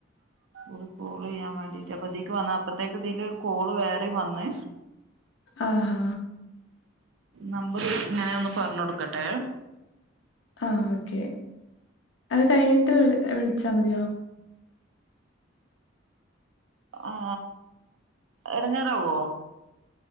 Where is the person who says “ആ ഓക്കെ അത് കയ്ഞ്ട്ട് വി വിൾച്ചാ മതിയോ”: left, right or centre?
Left